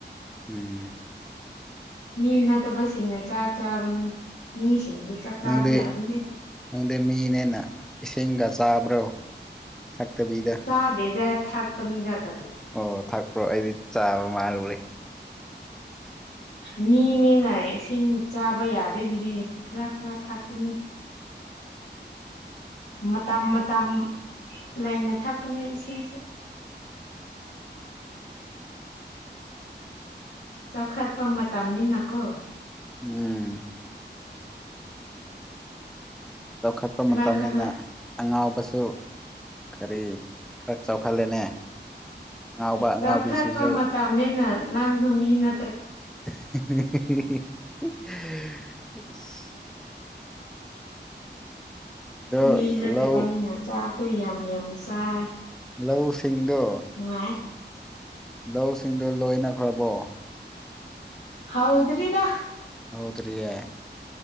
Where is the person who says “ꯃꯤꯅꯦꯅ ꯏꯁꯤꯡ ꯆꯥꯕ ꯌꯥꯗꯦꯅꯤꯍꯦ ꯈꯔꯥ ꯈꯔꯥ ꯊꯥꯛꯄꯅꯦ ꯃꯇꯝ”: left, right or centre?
Left